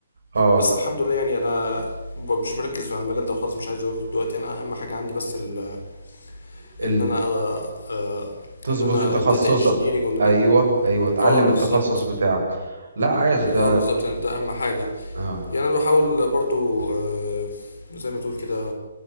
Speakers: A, on the right; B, on the left.
A: اه
B: بس الحمد لله يعني أنا ب- مش مركز في المجال ده وخلاص مش عايز أدور دلوقتي أنا أهم حاجة عندي بس ال-
A: ال...
B: إن أنا أه آه،
A: تظبط
B: إن أنا
A: في تخصصك
B: داتا انجينيرنج وإن أنا
A: ايوه ايوه اتعلم
B: آه بالظبط
A: التخصص بتاعك لا عاش ده
B: اه بالظبط يعني ده اهم حاجه
A: اه
B: يعني انا بحاول برضو آه، زي ما تقول كده